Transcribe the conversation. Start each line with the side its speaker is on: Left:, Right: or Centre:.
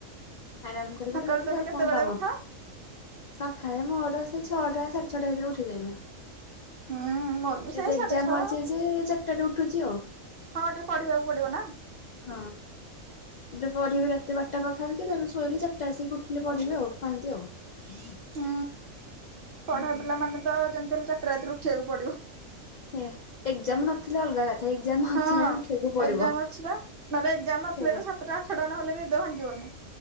Left: ଆରାମ କରିବୁ
Right: ସକାଳୁ
Left: ତ ରାତିରେ
Right: ତମେ
Left: ଆଉ
Right: କେତେବେଳେ
Left: କଣ କାମ।
Right: ଉଠ।
Left: ସକାଳେ ମୋର ସେଇ ଛଅଟା ସାଢେ ଛଅଟା ଭିତରେ ଉଠିଯାଏ ମୁଁ।
Right: ହୁଁ ମୋର ବି ସେଇ
Left: ଏବେ ଏକ୍ଜାମ
Right: ସାଢେ ଛଅ
Left: ଅଛି ଯେ ଚାରିଟାରେ ଉଠୁଛି ଆଉ।
Right: ହଁ ଟିକେ ପଢିବାକୁ ପଡିବ ନା।
Left: ହଁ। ଏବେ ପଢିବି ରାତି ବାରଟା ପାଖା ପାଖି ତାପରେ ଶୋଇଲେ ଚାରିଟା ଆସିକି ଉଠିଲି ପଢିବି ଆଉ, ପହାନ୍ତି ଆଉ। <unintelligible>
Right: ହୁଁ।
Left: ହୁଁ
Right: ପଢା ପିଲା ମାନେ ତ, ଯେମିତି ହେଲେ ଚାରିଟା ରାତିରେ ଉଠିବାକୁ ପଡିବ।
Left: ସେ ଏକ୍ଜାମ ନଥିଲେ ଅଲଗା କଥା। ଏକ୍ଜାମ ଅଛି
Right: ହଁ
Left: ମାନେ ଉଠିବାକୁ ପଡିବ
Right: ଏକ୍ଜାମ ଅଛି ବା, ନହେଲେ ଏକ୍ଜାମ ନଥିଲେ
Left: ସେଇଆ।
Right: ତ ସାତଟା ଆଠଟା ନହେଲେ ନିଦ ଭାଙ୍ଗିବନି।